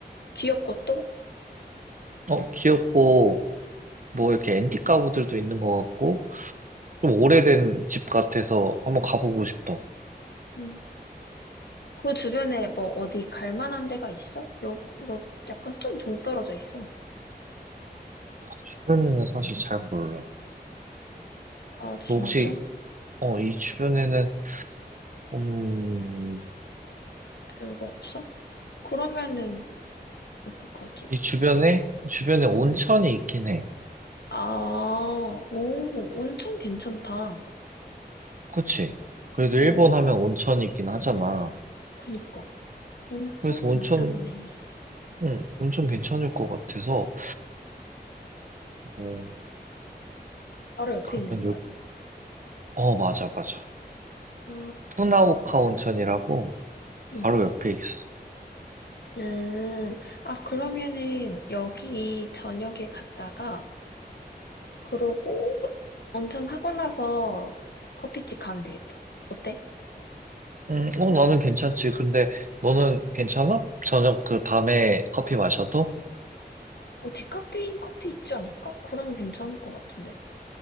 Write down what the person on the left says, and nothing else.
귀엽고 또?
음. 그 주변에 뭐 어디 갈 만한 데가 있어? 요, 이거 약간 좀 동떨어져 있어.
아, 진짜?
별거 없어? 그러면은, 어떡하지?
응.
아, 오, 온천 괜찮다.
어,
그니까. 온천
괜찮네.
바로 옆에
있는 거야?
아,
음.
음, 아, 그러면은 여기 저녁에 갔다가, 그러고 온천하고 나서 커피집 가면 되겠다. 어때?
어, 디카페인 커피 있지 않을까? 그러면 괜찮을 것 같은데.